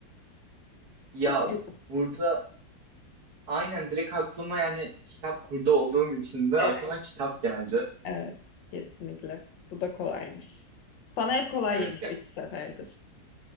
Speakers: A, on the right; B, on the left.
A: Ya
B: Bu kolay.
A: burada Aynen direkt aklıma yani kitap kurdu olduğum için de
B: Evet,
A: aklıma kitap geldi.
B: evet kesinlikle. Bu da kolaymış. Sana hep kolay
A: Evet
B: geliyor
A: ya.
B: iki seferdir.